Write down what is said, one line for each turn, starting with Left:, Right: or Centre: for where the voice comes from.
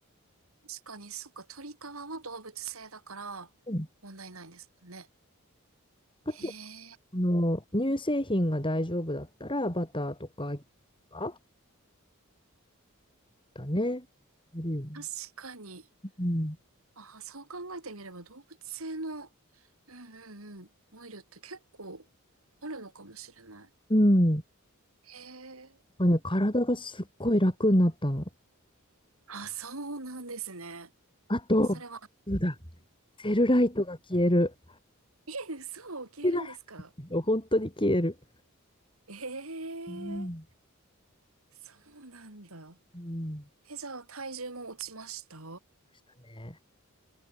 Right: かに、そっか、鳥皮は動物性だから問題ないんですもんね。
Left: うん。あと、
Right: へえ、
Left: あの、乳製品が大丈夫だったらバターとかあだね。入るよね。
Right: 確かに。
Left: うん。
Right: あ、そう考えてみれば動物性の、うんうんうん、オイルって結構あるのかもしれない。
Left: うん。なん
Right: へえ。
Left: かね、体がすっごい楽になったの。
Right: あ、そうなんですね。
Left: あと、
Right: えそれは、
Left: そうだセルライトが消える。
Right: え、嘘を受け入れるんですか
Left: セルライト本当に消える。
Right: え
Left: うん。
Right: え、そうなんだ。
Left: うん。
Right: え、じゃあ体重も落ちました
Left: ましたね。